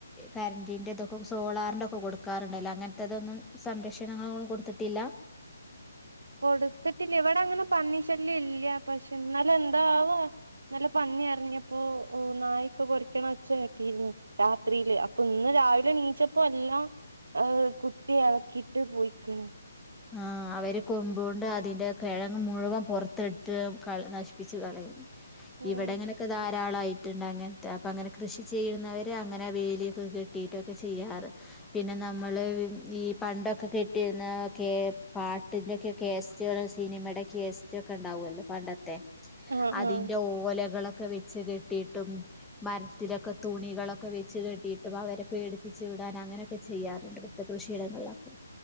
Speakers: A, in the centre; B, on the right.
A: കരന്റിന്റെ ഇതൊക്കെ സോളാറിന്റെ ഒക്കെ കൊടുക്കാറുണ്ടല്ലോ അങ്ങനത്തെതൊന്നും സംരക്ഷണങ്ങള ഒന്നും കൊടുത്തിട്ടില്ല.
B: കൊടുത്തിട്ടില്ല ഇവിടെ അങ്ങനെ പന്നി ശല്യം ഇല്ല. പക്ഷെ ഇന്നലെ എന്താവാ നല്ല പന്നി അറഞ്ഞപ്പോൊ നായൊക്കെ കൊരക്കണം വച്ച കട്ടിന്ന് രാത്രിയില് അപ്പൊ ഇന്ന് രാവിലെണീച്ചപ്പോ എല്ലാം ർ കുത്തി ഇളക്കിട്ട് പോയിക്കണ്.
A: ആ അവര് കൊമ്പോണ്ട് അതിന്റെ കെഴങ്ങ് മുഴുവൻ പുറത്തെടുത്ത് നശിപ്പിച്ച് കളയും.
B: ഉം
A: ഇവിടെങ്ങനെയൊക്കെ ധാരാളായി ങ്ങനത്തെ അപ്പ അങ്ങനെ കൃഷി ചെയ്യുന്നവർ അങ്ങനെ ആ വേലിയൊക്കെ കെട്ടിയിട്ടൊക്കെ ചെയ്യാറ് പിന്നെ നമ്മൾ ഈ പണ്ടൊക്കെ കെട്ടിയിരുന്ന കേപാട്ടിൻ്റെക്കെ കേസറ്റസിനിമയുടെ കേെസ്റ്റൊക്കെ ഉണ്ടാവുമല്ലോ പണ്ടത്തെ
B: ആഹ്
A: അതിന്റെ
B: ആഹ്
A: ഓലകളൊ ഒക്കെ വെച്ച് കെട്ടിയിട്ടും മരത്തിലൊക്കെ തുണികളൊക്കെ വെച്ച് കെട്ടിയിട്ടും അവരെ പേടിപ്പിച്ചു വിടാൻ അങ്ങനെയൊക്കെ ചെയ്യാറുണ്ട്. ഇവിടുത്തെ കൃഷിയിടങ്ങളിലൊക്കെ.